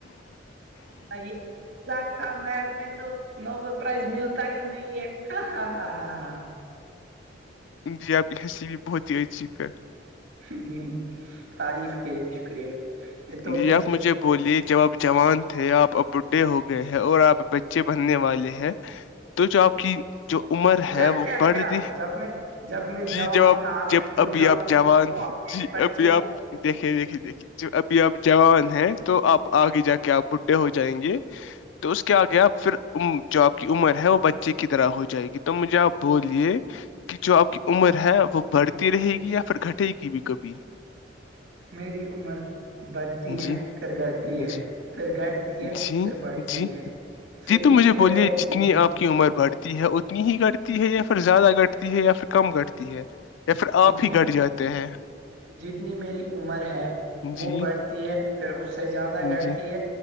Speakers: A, on the right; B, on the left.
A: مزق تھا میس میں تو نوبل پرائز ملتا ہی نہیں ہے ہ ہ ہ ہاں ہاں
B: جی آپ کی ہنسی بھی بہت ہی عجیب ہے
A: ہ تعریف کے لیے شکریہ تحفے
B: جی آپ مجھے بولیے جب آپ جوان تھے آپ اب بوڈھے ہو گئے ہیں اور آپ بچے بننے والے ہیں تو چا آپ کی جو عمر
A: کیا
B: ہے وہ
A: کیا
B: پڑھ
A: کیا
B: رہ
A: جب میں جب میں
B: جی
A: جوان
B: جاب
A: تھا
B: جب
A: میں بڈھا
B: اب اب
A: ہو
B: جوان
A: چکا ہوں اب میرے
B: جی
A: بچے
B: ابھی
A: ہوں
B: آپ
A: گے
B: دیکھیے دیکھیے دیکھیے اب بھی اب جوان ہے تو آپ آگے جا کے آپ بڈھے ہو جائیں گے تو اس کے آ گیا پھر جو آپ کی عمر ہے وہ بچے کی طرح ہو جائے گی تو مجھے آپ بولیے کہ جو آپ کی عمر ہے وہ بڑھتی رہے گی یا پھر گھٹے گی بھی کبھی
A: میری عمر بڑھتی
B: جی
A: ہے پھر گٹتی ہے
B: جی
A: پھر گڑتی ہے
B: جی
A: پھر بڑھتی
B: جی
A: ہے پھر
B: جی تو مجھے
A: ایک جگہ
B: بولیے
A: رہتی
B: جتنی
A: ہے
B: آپ کی عمر بڑھتی ہے اتنی ہی گٹتی ہے یا پھر زیادہ گٹتی ہے یا پھر کم گٹتی ہے یا پھر آپ
A: جتنی
B: ہی گٹ جاتے ہیں
A: جتنی میری عمر ہے
B: جی
A: وہ بڑھتی ہے پھر اس سے زیادہ گٹتی
B: جی
A: ہے